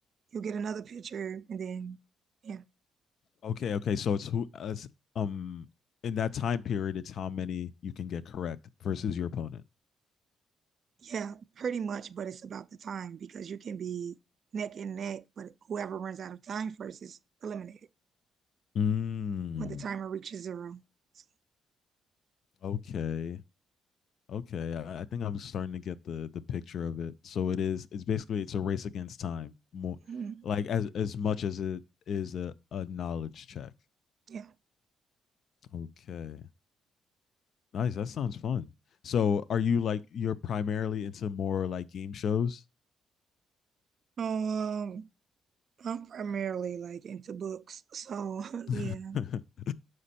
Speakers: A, on the right (about 50°); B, on the left (about 55°).
A: you'll get another picture and then yeah.
B: Okay, okay. So it's who uh, um in that time period, it's how many you can get correct versus your opponent.
A: Yeah, pretty much, but it's about the time because you can be neck and neck, but whoever runs out of time first is eliminated
B: Mm,
A: when the timer reaches zero. So,
B: okay, okay. I, I think I'm starting to get the the picture of it. So it is. It's basically it's a race against time. More
A: mm,
B: like as as much as it is a, a knowledge check.
A: yeah.
B: Okay, nice. That sounds fun. So are you like you're primarily into more like game shows?
A: Um, I'm primarily like into books, so
B: <laughs>
A: <laughs> yeah,